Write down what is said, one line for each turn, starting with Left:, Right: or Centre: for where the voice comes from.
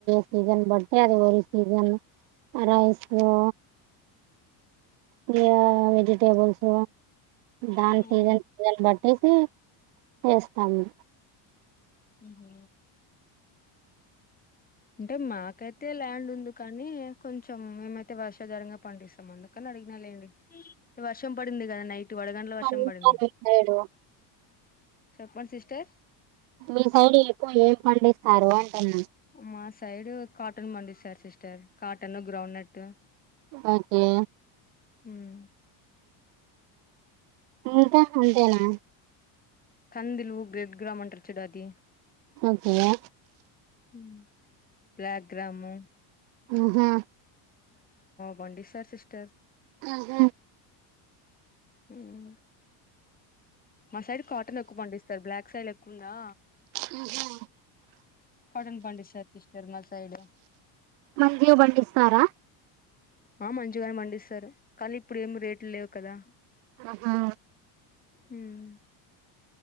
Right: సీసన్ బట్ అది ఓరి సీసన్ ఆ రైస్ ఉ ఇగా వెజిటేబుల్స్ దాన్,
Left: ఉందా
Right: సీజన్ సీజన్ బట్, టెసి వేస్తాము
Left: ఉహు అంటే మాకైతే ల్యాండ్ ఉంది కా కానీ కొంచెం మేమైతే వర్షాధారంగా పండిస్తాం అందుకని అడిగిన లేండి వర్షం పడింది కదా నైట్ వడగండ్ల వర్షం
Right: మీ
Left: పడింది
Right: సైడు
Left: చెప్పండి సిస్టర్
Right: మీ సైడ్ ఎక్కువ ఏం పండిస్తారు అంటన్న
Left: మా సైడ్ కాటన్ పండిస్తారు sister cotton groundnut
Right: okay
Left: మ్మ్
Right: ఇంక అంతేనా
Left: కందులు రెడ్ గ్రామంటారు చూడు అది
Right: ఓకే రా
Left: మ్మ్ యా గ్రామం
Right: ఉహు
Left: పండిస్తారు సిస్టర్
Right: ఆహ
Left: ఉనా మా సైడ్ కాటన్ ఎక్కువ పండిస్తారు బ్లాక్ సాయిల్ ఎక్కువుందా
Right: హు హు <unintelligible>
Left: కాటన్ పండిస్తారు సిస్టర్ మా సైడు
Right: మంచిగా పండిస్తారా
Left: ఆ మంచిగానే పండిస్తారు కానీ ఇప్పుడు ఏమి రేట్లు లేవు కదా
Right: ఆహా
Left: మ్మ్